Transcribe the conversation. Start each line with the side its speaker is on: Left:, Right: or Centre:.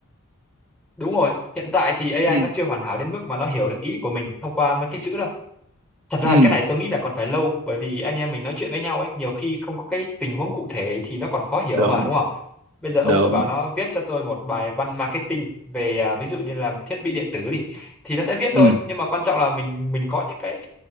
Centre: đúng rồi hiện tại thì AI
Right: ừ
Centre: nó chưa hoàn hảo đến mức mà nó hiểu được ý của mình thông qua mấy cái chữ đâu Thật ra
Right: ừ
Centre: cái này tôi nghĩ là còn phải lâu bởi vì anh em mình nói chuyện với nhau ấy nhiều khi không có cái tình huống cụ thể thì nó còn khó hiểu
Right: đúng
Centre: mà đúng không? Bây giờ ông
Right: đúng
Centre: cứ bảo nó viết cho tôi một bài văn marketing về à, ví dụ như là thiết bị điện tử đi thì nó sẽ viết
Right: ừ
Centre: thôi nhưng mà quan trọng là mình mình có những cái